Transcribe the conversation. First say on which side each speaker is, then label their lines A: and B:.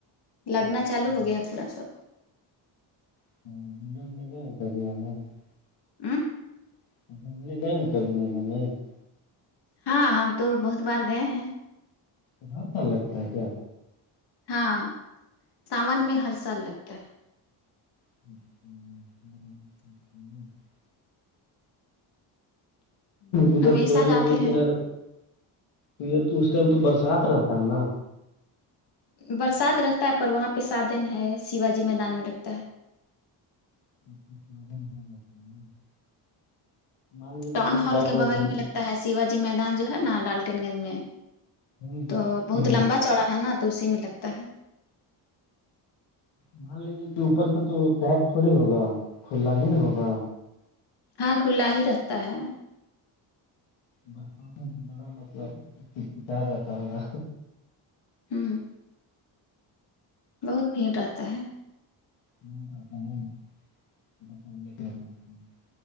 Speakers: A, on the left; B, on the left.
A: لگنا
B: اچھا
A: چالو ہو گیا پورا سب
B: <unintelligible>
A: امم
B: <unintelligible>
A: ہاں ہم تو بہت بار گئے ہیں
B: تو ہر سال لگتا ہے کیا
A: ہاں ساون میں ہر سال لگتا ہے
B: <unintelligible> ادھر
A: ہمیشہ
B: کوئل
A: جاتے
B: نادی کے
A: ہیں
B: کنارے تو یہ اس ٹائم تو برسات رہتا ہے نا
A: برسات رہتا ہے پر وہاں پہ سادن ہے شیواجی میدان میں لگتا ہے
B: <unintelligible>
A: ٹاؤن ہال کے بغل میں لگتا ہے شیوا جی میدان جو ہے نا ڈالٹین گنج میں
B: ہے
A: تو بہت لمبا چڑا ہے نا تو اسی میں لگتا ہے
B: مان لیجیے کہ اوپر سے تو پیک تھوڑی ہوگا کھلا ہی نا ہوگا
A: ہاں کھلا ہی رہتا ہے
B: برسات سے بڑا مطلب چھا جاتا ہوگا
A: ہ بہت بھیڑ رہتا ہے
B: نہیں بتا ہوں ب <unintelligible>